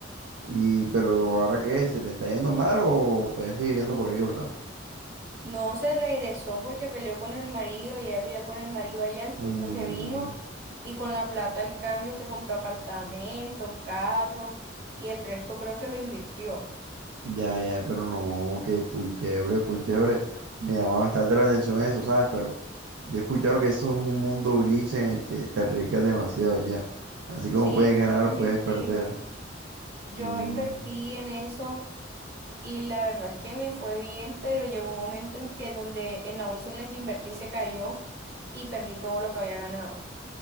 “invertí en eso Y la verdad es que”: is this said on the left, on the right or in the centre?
Right